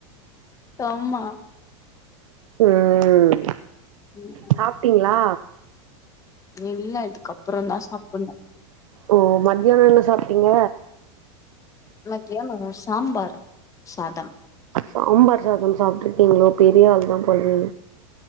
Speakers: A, on the left; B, on the right.
A: சும்மா
B: உம்
A: ம்.
B: சாப்பிட்டீங்களா
A: இல்ல இதுக்கப்புறந்தா சாப்பிட்ணு
B: ஓ மத்தியானோ என்ன சாப்பிட்டீங்க
A: மத்தியானோ சம்பார் சாதம்
B: சாம்பார் சாதம் சாப்பிட்டு இருக்கீங்களோ பெரிய ஆள் தா போலையே